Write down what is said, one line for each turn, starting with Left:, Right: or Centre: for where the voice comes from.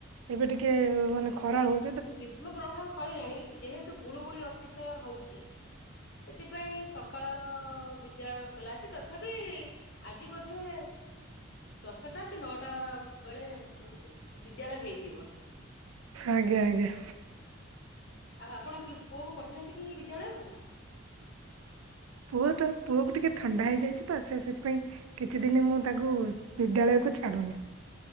Right: ଏବେ ଟିକେ ମାନେ ଖରା ହଉ
Left: ଏ ଗ୍ରୀଷ୍ମ ପ୍ରବାହ ସଇଲାଣି ଯେହେତୁ ଗୁଳୁଗୁଳି ଅତିଶୟ ହଉଚି। ସେଥିପାଇଁ ସକାଳର ବିଦ୍ୟାଳୟ ଖୋଲା ଅଛି ତଥାପି ଆଜି ବୋଧେ ଦଶଟା କି ନଅଟା ବେଳେ ସ୍କୁଲ ହେଇ ବିଦ୍ୟାଳୟ ହେଇଥିବ।
Right: ଆଜ୍ଞା ଆଜ୍ଞା।
Left: ଆଉ ଆପଣ ପି ପୁଅକୁ ପଠେଇନାହାନ୍ତି କି ବିଦ୍ୟାଳୟକୁ।
Right: ପୁଅ ତ ପୁଅ କୁ ଟିକେ ଥଣ୍ଡା ହେଇଯାଇଚି ତ ସେ ସେଥିପାଇଁ କିଛି ଦିନ ମୁଁ ତାକୁ ସ୍କୁ ବିଦ୍ୟାଳୟକୁ ଛାଡୁନି